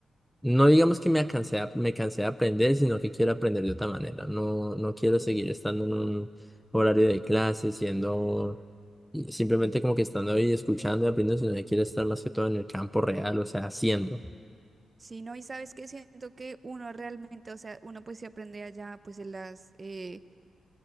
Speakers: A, in the centre; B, on the right (about 35°).
A: no digamos que me cansé, a- me cansé de aprender, sino que quiero aprender de otra manera. No, no quiero seguir
B: sí.
A: estando en un horario de clase, siendo simplemente como que estando ahí escuchando y aprendiendo, sino que quiero estar más que
B: Mm.
A: todo en el campo real, o sea, haciendo.
B: Sí, no, y sabes que siento que uno realmente, o sea, uno pues se aprende allá pues en las eh,